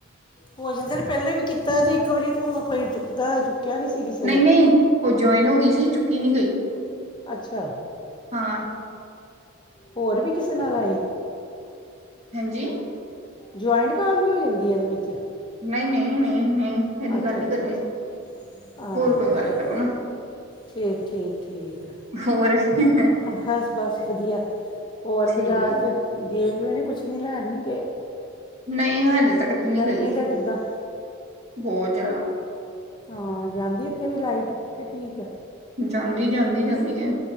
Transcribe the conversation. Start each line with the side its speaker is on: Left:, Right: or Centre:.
Left: ਹੋ ਜਾਂਦੇ ਨੇ ਪਹਿਲੇ ਵੀ ਕੀਤਾ ਤੇ ਇੱਕ ਵਾਰੀ ਤੂੰ ਕੋਈ ਚੁੱਕਦਾ, ਚੁੱਕਿਆ ਨਹੀਂ ਸੀ ਕਿਸੇ
Right: ਨਹੀਂ-ਨਹੀਂ,
Left: ਨੇ
Right: ਉਹ ਜੌਇਨ ਹੋਗੀ ਸੀ, ਚੁੱਕੀ ਨਹੀਂ ਗਈ।
Left: ਅੱਛਾ।
Right: ਹਾਂ।
Left: ਹੋਰ ਵੀ ਕਿਸੇ ਨਾਲ ਆਏ।
Right: ਹਾਂਜੀ।
Left: ਜੁਆਇੰਟ ਕਾਲ ਵੀ ਹੋ ਜਾਂਦੀ ਹੈ ਇਹਦੇ ਵਿੱਚ।
Right: ਨਹੀਂ ਨਹੀਂ ਨਹੀਂ ਨਹੀਂ ਇਹਦੀ
Left: ਅੱਛਾ
Right: ਗੱਲ ਨਹੀਂ
Left: ਅੱਛਾ ਅੱਛਾ।
Right: ਕਰਨੀ
Left: ਹਾਂ
Right: ਹੋਰ ਕੋਈ ਗੱਲ
Left: ਠੀਕ
Right: ਕਰੋ ਨਾ।
Left: ਠੀਕ ਠੀਕ ਠੀਕ
Right: ਹੋਰ
Left: ਬਸ ਬਸ ਵਧੀਆ। ਹੋਰ
Right: ਠੀਕ
Left: ਬਜ਼ਾਰ ਚ ਗਏ ਕਿ ਨਹੀਂ ਕੁਛ ਨਹੀਂ ਲੈਣ ਨਹੀਂ ਗਏ।
Right: ਨਹੀਂ ਹਜੇ ਤੱਕ ਤੇ ਨਹੀਂ
Left: ਗਰਮੀ
Right: ਗਈ
Left: ਦਾ ਕਿੱਦਾਂ
Right: ਬਹੁਤ ਜ਼ਿਆਦਾ।
Left: ਹਾਂ ਜਾਂਦੀ ਇੱਥੇ ਵੀ ਲਾਈਟ ਕਿ ਠੀਕ ਏ।
Right: ਜਾਂਦੀ ਜਾਂਦੀ ਜਾਂਦੀ ਹੈ।